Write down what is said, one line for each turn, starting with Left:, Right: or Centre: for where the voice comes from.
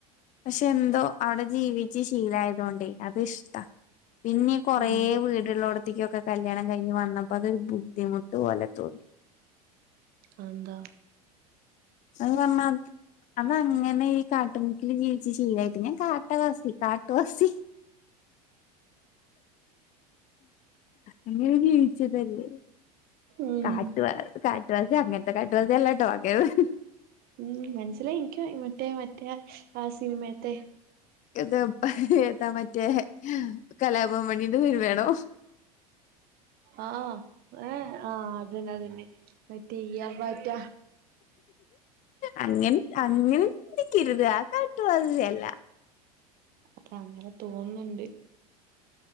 Left: പക്ഷെ എന്തോ അവിടെ ജീവി ച്ച് ശീലായതൊണ്ടേ അത് ഇഷ്ട പിന്നെ കൊറേ
Right: ഉം
Left: വീടിലോട് കുട്ടിക്കൊക്കെ കല്യാണം കഴിഞ്ഞ് വന്നപ്പോ അതൊരു ബുദ്ധിമുട്ട് പോലെ തോന്നി.
Right: അതെന്താ?
Left: <unintelligible> അങ്ങനെ ഈ കാട്ടുമുക്കില് ജീവിച്ചു ഷീലായിട്ട് ഞാൻ കാട്ടവാസി കാട്ടുവാസി. അങ്ങനെ ജീവിച്ചതല്ലേ
Right: ഉം
Left: കാട്ടു കാട്ടുവാസി അങ്ങന <unintelligible>
Right: ഉം മനസ്സിലായി എനിക്ക് മറ്റേ മറ്റേ ആ സിനിമയത്തെ
Left: എത് ഏതാ മറ്റേ കലാഭവൻ മണീന്റെ സിനിമയാണോ?
Right: ആ ഏ ആ അതന്നെ അതന്നെ. മറ്റേ ഇയ്യാം പാറ്റ
Left: അങ്ങ അങ്ങനക്കരുത് ആ കാട്ടുവാസിയല്ല.
Right: അപ്പൊ അങ്ങനെ തോന്നുന്നുണ്ട്.